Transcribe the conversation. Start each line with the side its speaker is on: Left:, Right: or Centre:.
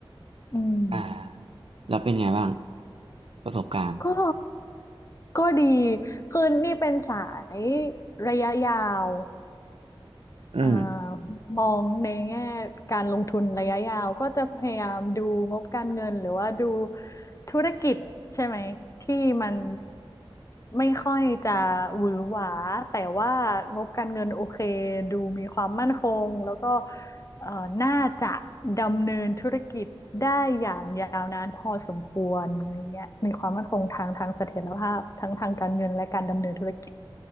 Left: อืม
Right: อ่าแล้วเป็นไงบ้างประสบการณ์
Left: ก็ก็ดี คือนี่เป็นสายระยะยาว
Right: อืม
Left: อ่ามองในแง่การลงทุนระยะยาวก็จะพยายามดูงบการเงินหรือว่าดูธุรกิจใช่ไหมที่มันไม่ค่อยจะหวือหวาแต่ว่างบการเงินโอเคดูมีความมั่นคงแล้วก็เอ่อน่าจะดำเนินธุรกิจได้อย่างยาวนานพอสมควรอะไรเงี้ยมีความมั่นคงทางทางเสถียรภาพทั้งทางการเงินและการดำเนินธุรกิจ